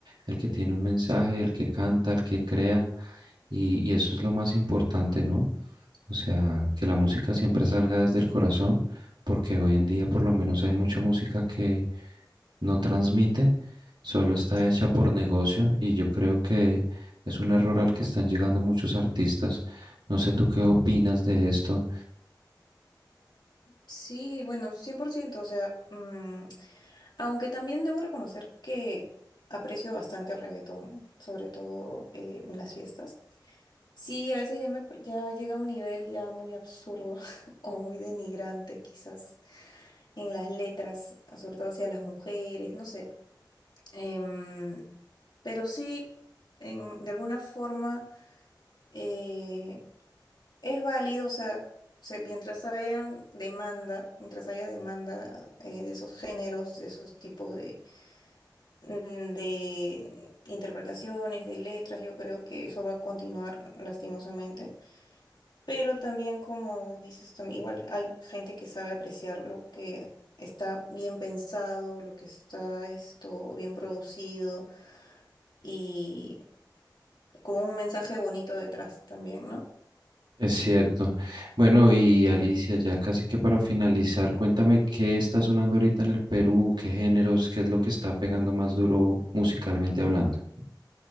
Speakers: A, on the right; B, on the left.
A: el que tiene un mensaje, el que canta, el que crea y, y eso es lo más importante, ¿no? O sea, que la música siempre salga desde el corazón, porque hoy en día por lo menos hay mucha música que no transmite, solo está hecha
B: Sí.
A: por negocio y yo creo que es un error al que están llegando muchos artistas. No sé tú qué opinas de esto.
B: Sí, bueno, 100%. o sea, mm, aunque también debo reconocer que aprecio bastante el reggaetón, sobre todo eh, en las fiestas. Sí, a veces ya, me, ya llega a un nivel ya muy absurdo <laughs> o muy denigrante quizás en las letras, sobre todo hacia las mujeres, no sé. Em, pero sí, en- de alguna forma... eh, Es válido, o sea, se- mientras haya demanda, mientras haya demanda eh, de esos géneros, de esos tipos de, mm, de interpretaciones, de letras, yo creo que eso va a continuar lastimosamente. Pero también, como dices, tam- igual hay gente que sabe apreciar lo que está bien pensado, lo que está esto bien producido y con un mensaje bonito detrás también, ¿no?
A: Es cierto. Bueno, y Alicia, ya casi que para finalizar, cuéntame qué está sonando ahorita en el Perú, qué géneros, qué es lo que está pegando más duro musicalmente hablando.